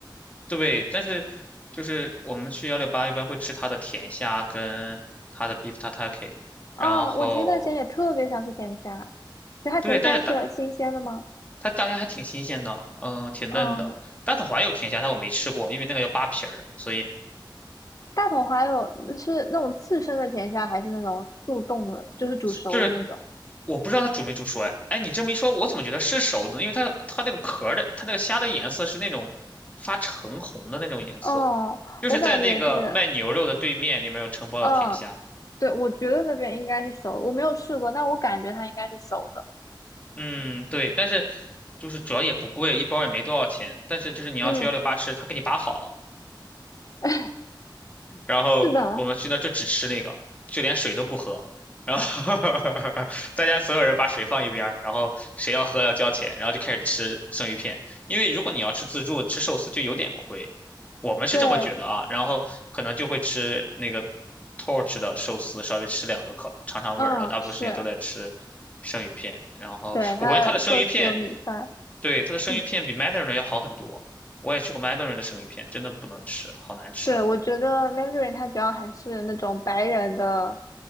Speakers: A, on the left; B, on the left.
A: 对，但是就是我们去幺六八一般会吃它的甜虾跟它的 beef tataki，
B: 哦，
A: 然后
B: 我前段时间也特别想吃甜虾，就它甜虾是新鲜的吗？
A: 对，但是它大虾还挺新鲜的，嗯，挺嫩的。
B: 嗯，
A: 大头华有甜虾，但我没吃过，因为那个要扒皮儿，所以
B: 大统还有是那种刺身的甜虾，还是那种速冻的，就是煮熟的那种？
A: 就是我不知道它煮没煮熟。哎，哎，你这么一说，我怎么觉得是熟的呢因为它它那个壳儿的，它那个虾的颜色是那种发橙红的那种颜色，
B: 哦，
A: 就是在那个卖牛肉的对面里面有承包的甜虾。
B: 我感觉是，嗯，对，我觉得那边应该是熟的我没有试过，但我感觉它应该是熟的。
A: 嗯，对，但是就是主要也不贵，一包也没多少钱。但是就是你要去幺六八吃，
B: 嗯，
A: 他给你扒好了。
B: <laughs>
A: 然后我们去那儿就只吃那个，
B: 是的，
A: 就连水都不喝。然后 <laughs> 大家所有人把水放一边儿然后谁要喝要交钱，然后就开始吃生鱼片。因为如果你要吃自助吃寿司就有点亏，我们是这么觉得啊。
B: 对，
A: 然后可能就会吃那个 Torch 的寿司，稍微吃两个烤尝尝味儿，
B: 嗯，
A: 然后大部分时间都在吃生鱼片。
B: 是，
A: 然后我感觉它的生鱼片，
B: 对，它寿司有米饭，
A: 对，它的生鱼片比
B: 嗯，
A: Mandarin 的要好很多。我也去过 Mandarin 的生鱼片，真的不能吃，好难吃。
B: 对，我觉得 Mandarin 它主要还是那种白人的